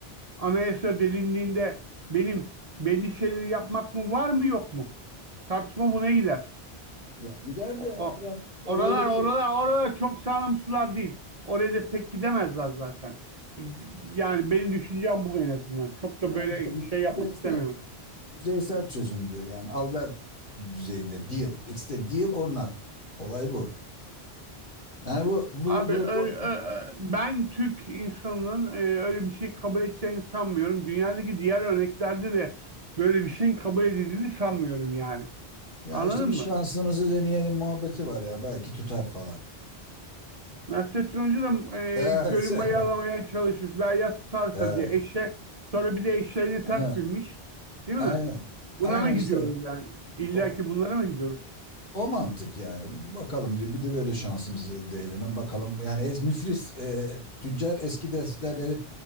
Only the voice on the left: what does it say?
Ya gider
de adam
oraya
götürür.
Ya
işte
yüzde
ister.
Yüzeysel çözüm diyor. Yani al ver düzeyinde deal. It's the deal or not. Olay bu. Yani bu bu
bu
konu-
ya
işte bir
şansımızı deneyelim muhabbeti var ya belki tutar falan.
Evet.
<laughs>
Evet.
Ha,
Aynen.
Aynen
işte
o,
o mantık yani. Bakalım diyor bir de böyle şansımızı değinelim bakalım. Yani es, müflis e, tüccar eski defterleri